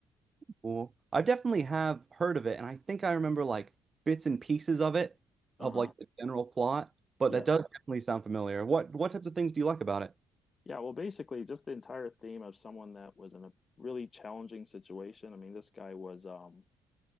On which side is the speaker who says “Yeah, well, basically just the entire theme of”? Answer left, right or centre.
Left